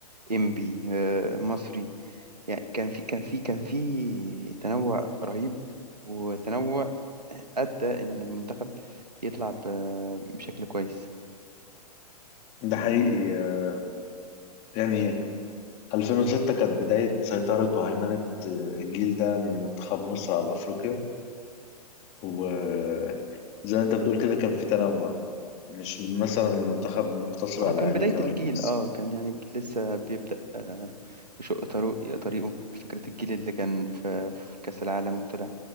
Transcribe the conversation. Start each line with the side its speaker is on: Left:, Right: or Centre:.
Right: انبي آه، مصري يعني كان في كان في كان في تنوع رهيب وتنوع أدى إن المنتخب يطلع ب- بشكل كويس
Left: ده حقيقي آه، يعني 2006 كانت بداية سيطرة وهيمنة آه، الجيل ده من منتخب مصر على أفريقيا وزي ما أنت بتقول كده كان في تنوع مش مثلا المنتخب مقتصر
Right: هو
Left: على
Right: كان
Left: أهلي
Right: بداية
Left: وزمالك
Right: الجيل
Left: بس
Right: اه كان يعني الجيل لسه بيبدأ آه بشق طريق طريقه فكرة الجيل اللي كان في, في كأس العالم وطلع